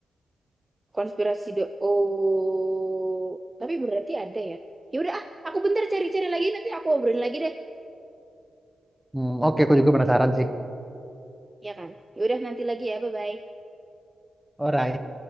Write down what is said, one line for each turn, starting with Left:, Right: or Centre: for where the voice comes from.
Right: konspirasi do oh tapi berarti ada ya. Ya udah ah, aku bentar cari-cari lagi nanti aku obrolin lagi deh.
Centre: Hmm, oke, aku juga penasaran sih.
Right: Ya kan? Ya udah nanti lagi ya, bye-bye.
Centre: Alright.